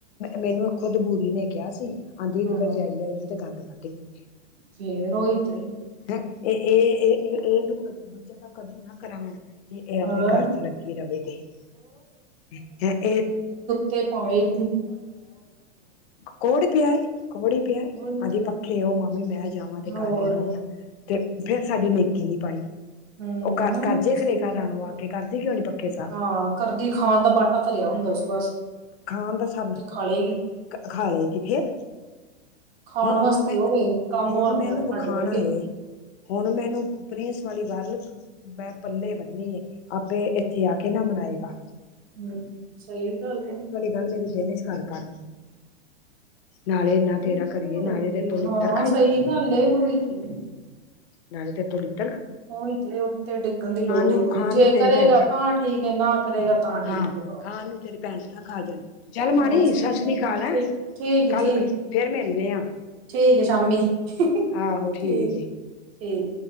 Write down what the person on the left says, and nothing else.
ਮੈਨੂੰ ਖੁਦ ਬੂਰੀ ਨੇ ਕਿਹਾ ਸੀ। ਆਂਦੀ ਏਦੀ
ਭਰਜਾਈ ਆਈ ਏ ਤੇ ਗੰਦ ਕੱਢ ਗਈ ਏ।
ਹੈ ਇਹ ਇਹ ਇਹ ਨੂੰ ਬੱਚਿਆਂ ਤੋ ਕੰਮ ਨਾ ਕਰਾਵਾ। ਇਹ
ਆਪਣੇ ਘਰ ਚ ਲੱਗੀ ਰਹੇ ਤੇ ਇਹ।
ਕੋਹੜ ਪਿਆ ਏ, ਕੋਹੜ ਹੀ ਪਿਆ ਏ।
ਆਦੀ
ਪੱਖੇ ਉਹ ਮਾਮੀ ਮੈਂ ਜਾਵਾਂ। ਤੇ
ਕਰ ਆਨੀ ਆਂ ਤੇ ਫੇਰ ਸਾਡੀ ਨੇਕੀ ਨਹੀ ਪਾਈ।
ਉਹ ਕਰ
ਕਰਜੇ
ਖਰੇ ਘਰ
ਰਾਣੋ ਆ ਕੇ ਕਰਦੀ ਕਿਉਂ ਨੀ ਪੱਖੇ ਸਾਫ਼
ਖਾਣ ਦੇ ਸਾਨੂੰ।
ਖਾ ਲਏਗੀ ਫਿਰ।
ਹੁਣ-ਹੁਣ
ਮੈਂ
ਹੁਣ
ਮੈ ਇਹਨੂੰ
ਵਿਖੋਣਾ
ਏ। ਹੁਣ ਮੈਨੂੰ ਪ੍ਰਿੰਸ, ਵਾਲੀ ਗੱਲ ਮੈਂ ਪੱਲੇ ਬੰਨੀ ਏ, ਆਪੇ ਇੱਥੇ ਆ ਕੇ। ਕਿਹਨਾ ਮਨਾਏਗਾ?
ਪਹਿਲਾ ਮੇਰੇ ਦਿਲ ਚ ਘਰ ਕਰ। ਨਾਲੇ ਇੰਨਾ
ਤੇਰਾ
ਕਰੀਏ,
ਨਾਲੇ
ਤੇਰੇ
ਤੋਂ ਛਿੱਤਰ
ਰ, ਖਾਈਏ।
ਨਾਲੇ, ਤੇਰੇ ਤੋਂ ਗੱਲ।
ਨੂੰ
ਖਾਣ
ਨੂੰ ਤੇਰੀ
ਭੈਣ
ਹਾਂ
ਖਾਣ ਨੂੰ ਤੇਰੇ ਭੈਣ ਭਰਾ ਖਾ ਜਾਣ। ਚੱਲ ਮਾਣੀ
ਸਤਿ ਸ੍ਰੀਕਾਲ।
ਹੈਂ
ਕਾੱਲ,
ਫੇਰ ਮਿਲਨੇ ਆ।
ਆਹੋ
ਏ